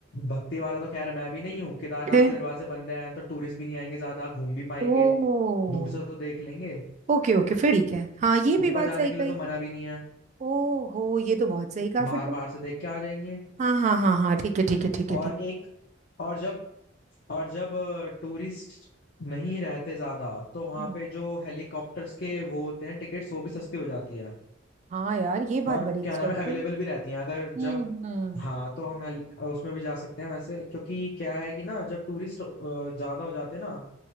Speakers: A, on the left; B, on the right.
A: भक्ति वाला तो खैर मैं भी नहीं हूँ केदारनाथ
B: फिर
A: के दरवाजे बंद हैं तो टूरिस्ट भी नहीं आएंगे ज्यादा घूम भी पाएंगे
B: ओ
A: दूर से तो देख लेंगे
B: ओके ओके फिर ठीक है हाँ ये भी
A: ऊपर
B: बात
A: जाने
B: सही
A: के
B: कही
A: लिए तो मना भी नहीं है
B: ओहो ये तो बहुत सही कहा
A: बाहर
B: फिर
A: बाहर से देख के आ जाएंगे
B: हाँ हाँ हाँ हाँ ठीक है ठीक है ठीक है
A: और
B: ठीक
A: एक
B: है
A: और जब और जब टूरिस्ट नहीं रहते ज्यादा तो वहां
B: हम्म
A: पे जो हेलीकॉप्टर्स के वो होते हैं टिकट्स वो भी सस्ती हो जाती है
B: हाँ यार ये बात
A: और
B: बड़ी
A: क्या
B: अच्छाई
A: नाम है
B: थी
A: अवेलेबल भी रहती हैं अगर
B: हम्म
A: जब
B: हम्म
A: हाँ तो हम हेल- उसमें भी जा सकते हैं वैसे क्योंकि क्या है कि ना जब टूरिस्ट ज्यादा हो जाते हैं ना